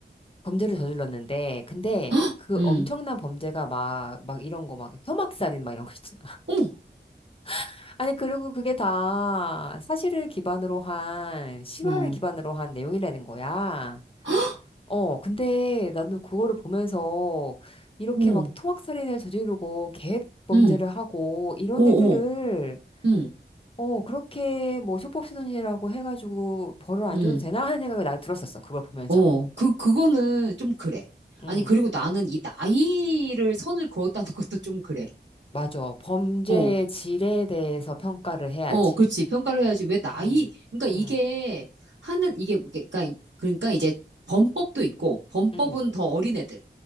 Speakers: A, on the left; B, on the right.
A: 범죄를 저질렀는데 근데
B: <gasps> 헉,
A: 그
B: 응.
A: 엄청난 범죄가 막 막 이런 거 막 토막살인 막 이런 거 있잖아.
B: 어머,
A: <laughs> 아니 그리고 그게 다 사실을 기반으로 한 실화를
B: 어,
A: 기반으로 한 내용이라는 거야.
B: <gasps>
A: 어, 근데 나도 그거를 보면서 이렇게
B: 어,
A: 막 토막살인을 저지르고 계획 범죄를
B: 응,
A: 하고 이런
B: 오,
A: 애들을
B: 오, 응,
A: 어, 그렇게 뭐 소법시도니라고 해가지고 벌을 안
B: 응.
A: 줘도 되나 하는 생각이 나 들었었어. 그걸 보면서.
B: 어, 그, 그거는 좀 그래.
A: 응,
B: 아니, 그리고 나는 이 나이를 선을 그었다는 <laughs> 것도 좀 그래.
A: 맞아. 범죄의
B: 어,
A: 질에 대해서 평가를 해야지.
B: 어, 그렇지. 평가를 해야지. 왜 나이,
A: 응,
B: 그러니까 이게
A: 응,
B: 하는, 이게, 그러니까, 그러니까 이제 범법도 있고, 범법은
A: 응,
B: 더 어린 애들.